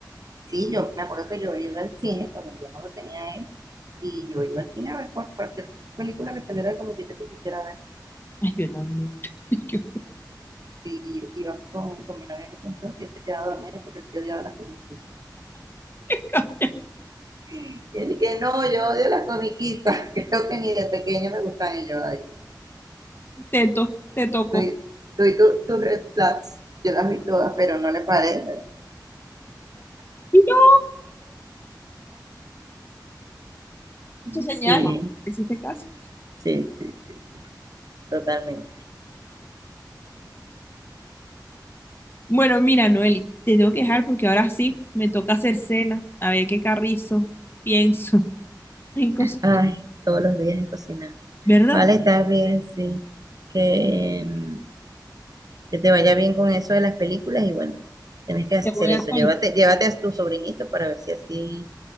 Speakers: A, on the right; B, on the left.
A: Sí, yo me acuerdo que yo iba al cine cuando yo no lo tenía a él y yo iba al cine a ver cual- cualquier película que saliera de comediante que quisiera ver.
B: Ay, yo también. <laughs> Yo-
A: y yo iba con, con mi novia en ese entonces y él se quedaba dormido porque él se odiaba las comiquitas.
B: <laughs>
A: Y él que no, yo odio las comiquitas, <laughs> creo que ni de pequeño me gustan ellos. Ay,
B: Te to- te toco.
A: tú, tú y tus red flags, yo las vi todas, pero no le parece.
B: Y No, tu señal,
A: Sí,
B: no hiciste caso.
A: sí, sí, sí, totalmente.
B: Bueno, mira, Noeli, te tengo que dejar porque ahora sí me toca hacer cena, a ver qué carrizo pienso <laughs> en cocinar,
A: Ay, todos los días en cocinar.
B: ¿verdad?
A: Vale, está bien, sí. Que, mm, que te vaya bien con eso de las películas y bueno, tienes que hacer
B: Te voy
A: eso.
B: a actualizar.
A: Llévate, llévate a tu sobrinito para ver si así